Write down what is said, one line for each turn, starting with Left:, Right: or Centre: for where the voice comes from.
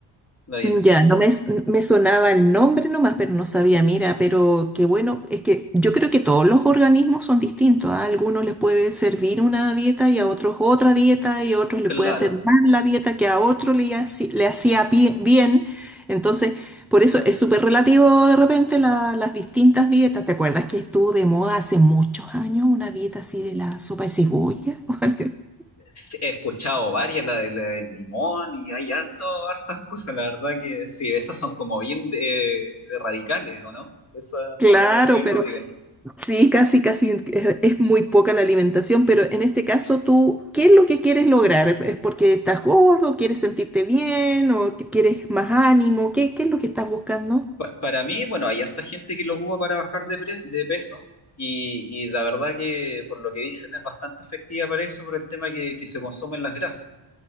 Left: la dieta.
Centre: Ya, no me, s- me sonaba el nombre nomás, pero no sabía, mira, pero qué bueno, es que yo creo que todos los organismos son distintos, ¿ah? A algunos les puede servir una dieta y a otros otra dieta y a otros
Left: Claro.
Centre: le puede hacer mal la dieta que a otro le, haci- le hacía pie- bien. Entonces, por eso es súper relativo de repente la- las distintas dietas. ¿Te acuerdas que estuvo de moda hace muchos años una dieta así de la sopa de cebolla? <laughs>
Left: sí, He escuchado varias, la de- la del limón y hay harto, hartas cosas, la verdad que sí, esas son como bien de, de radicales, ¿o no? Esa
Centre: Claro,
Left: suena algo bien
Centre: pero
Left: radical.
Centre: Sí, casi, casi es, es muy poca la alimentación, pero en este caso tú, ¿qué es lo que quieres lograr? ¿Es porque estás gordo, quieres sentirte bien o que quieres más ánimo? ¿Qué, qué es lo que estás buscando?
Left: Pa- para mí, bueno, hay harta gente que lo ocupa para bajar de, pre- de peso y, y la verdad que por lo que dicen es bastante efectiva para eso, por el tema que, que se consumen las grasas.